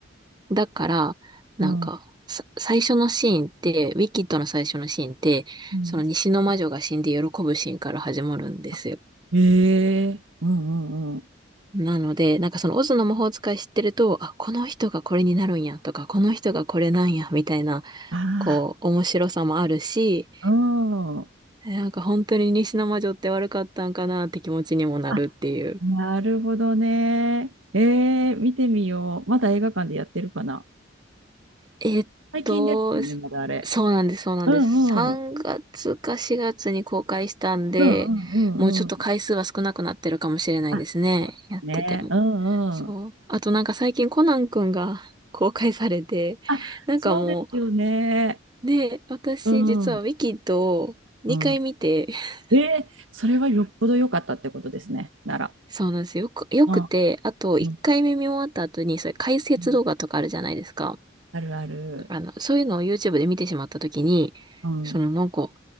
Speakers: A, on the right; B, on the right.
A: だから、なんか、
B: うん
A: さ最初のシーンって、ウィキッドの最初のシーンって、
B: うん。
A: その西の魔女が死んで喜ぶシーンから始まるんですよ。
B: あ、ええうんうんうん。
A: なので、なんかそのオズの魔法使い知ってると、あ、この人がこれになるんやとか、この人がこれなんや、みたいな、
B: あ
A: こう、面白さもあるし、
B: あ、うん。
A: えなんか本当に西の魔女って悪かったんかなって気持ちにもなるっていう。
B: あなるほどね。えー、見てみよう。まだ映画館でやってるかな。
A: えっと、
B: 最近ですもんね、まだあれ。
A: そうなんです、そうなんです。
B: うんうん。
A: 3月か4月に公開したんで、
B: うんうんうんうん。
A: もうちょっと回数は少なくなってるかもしれないですね。
B: あ、そうですね。
A: やってても。
B: うんうん。
A: そう。あとなんか最近コナンくんが <laughs> 公開されて、
B: あ、
A: なんかも
B: そうですよね。
A: う、ね、私実はウィキッドを2回見て、
B: うんうん。
A: <laughs>
B: えー、それはよっぽど良かったってことですね、なら。
A: そうなんですよ。よく、よくて、
B: うん
A: あと1回目見終わった後に、
B: うん。
A: それ解説動画とかあるじゃないですか。
B: うんあるある。
A: あの、そういうのを YouTube で見てしまったときに、
B: うん。
A: そのなんか、